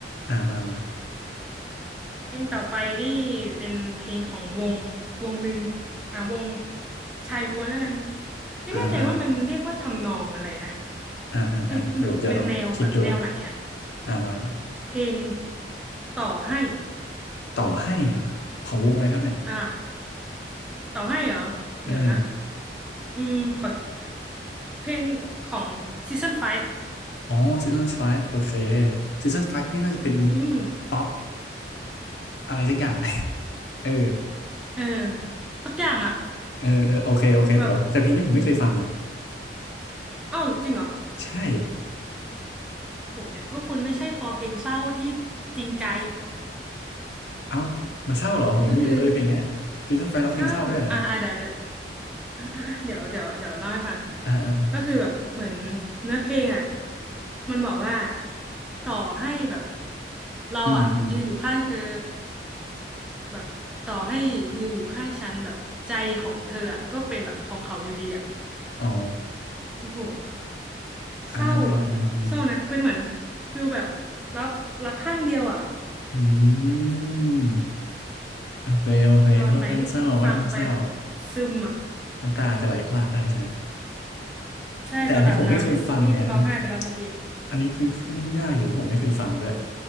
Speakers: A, on the left (about 70°); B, in the centre.
A: อ่ามามา
B: เพลงต่อไปนี่เป็นเพลงของวงวงหนึ่งอ่ะวงชายล้วนแล้วกันไม่แน่ใจว่ามันเรียกว่าทำนองอะไรนะ
A: อ่าอ่าอ่าอ่าอ่าเดี๋ยวผมจะลองคิดดู
B: เอ๊ะแบบเป็นแนวแบบแนวไหนอะ
A: อ่ามามา
B: เพลงต่อให้
A: ต่อให้เหรอของวงอะไรครับเนี่ย
B: อ่ะต่อให้เหรอเดี๋ยวนะ
A: เออ
B: อืมขอเพลงของซีซั่น5
A: อ๋อซีซั่นไฟ v ์โอเคซีซั่นไฟ v ์นี่น่าจะเป็น
B: อืม
A: ป๊อปอะไรสักอย่าง <laughs> เออ
B: เออสักอย่างอะ
A: เออเออโอเคโอเคแต่แต่เพลงนี้ผมไม่เคยฟังนะ
B: แบบอ้าวจริงเหรอ
A: ใช่
B: โอ้โหเนี่ยก็คุณไม่ใช่คอเพลงเศร้าที่จริงใจ
A: เอ้า มันเศร้าเหรอ ผมยังไม่รู้เลยเพลงเนี้ยซีซันไฟร้องเพลงเศร้าด้วยเหรอเนี่ย
B: ก็คือเศร้าอ่าอ่าเดี๋ยวเดี๋ยวอ่ะอ่ะเดี๋ยวเดี๋ยวเดี๋ยวเล่าให้ฟัง
A: อ่าอ่า
B: ก็คือแบบเหมือนเนื้อเพลงอ่ะมันบอกว่าต่อให้แบบเราอ่ะยืนอยู่ข้างเธอ
A: อืมอืม
B: แบบต่อให้ยืนอยู่ข้างฉันแบบใจของเธออ่ะก็เป็นแบบของเขาอยู่ดีอ่ะ
A: อ๋อ
B: โอ้โหเศร้าอ่ะเศร้านะเป็นเหมือน
A: อ่าอ่าอ่าอืม
B: ฟิลแบบรับรักข้างเดียวอ่ะ
A: อืมโอเคโอเคก็ค่อนข้างเศร้าค่อนข้างเศร้า
B: นอนไปนี่ฟังไปแบบซึมอ่ะ
A: น้ำตาจะไหลพรากได้ใช่ไหม
B: ใช่ตอนอาบน้ำนี่ร้องไห้ไปแล้วเมื่อกี้
A: แต่อันที่ผมไม่เคยฟังไงอันนี้อันนี้คือค่อนข้างยากอยู่ผมไม่เคยฟังด้วย